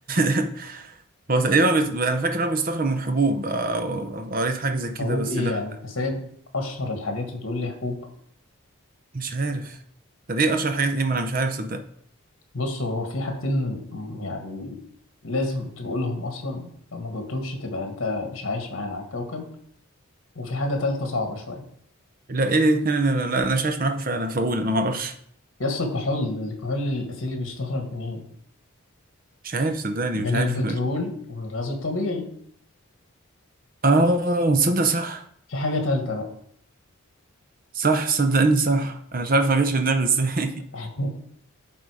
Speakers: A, on the right (about 40°); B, on the left (about 60°).
A: <laughs> هو تقريبا بيت... انا فاكر إن هو بيستخرج من حبوب آه، أو- أو قريت حاجه زي كده
B: حبوب
A: بس
B: إيه
A: لا
B: يعني أنت سايب أشهر الحاجات وتقول لي حبوب
A: مش عارف طب ايه اشهر حاجات ايه ما انا مش عارف صدقني
B: بص هو في حاجتين م- يعني لازم تقولهم أصلا لو ما جاوبتهمش تبقى أنت مش عايش معانا على الكوكب وفي حاجة تالتة صعبة شوية
A: لا ايه لا لا لا, لا انا شايف معاكم فعلا فاقول انا ما اعرفش
B: يس الكحول الكحول الأثيلي بيستخرج منين؟
A: مش عارف صدقني
B: من
A: مش عارف
B: البترول ومن الغاز الطبيعي
A: اه صدق صح
B: في حاجة تالتة بقى
A: صح صدقني صح انا مش عارف ما جاش في دماغي ازاي
B: <laughs>